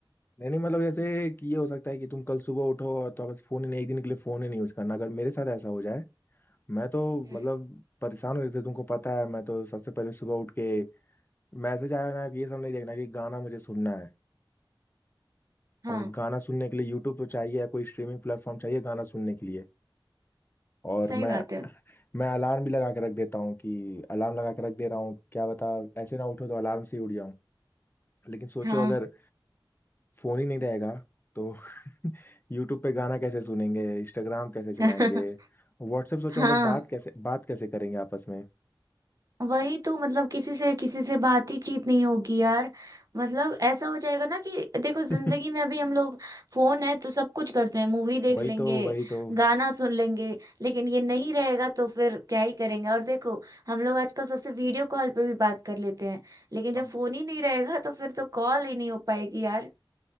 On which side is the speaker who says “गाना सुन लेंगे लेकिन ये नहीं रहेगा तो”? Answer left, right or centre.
Right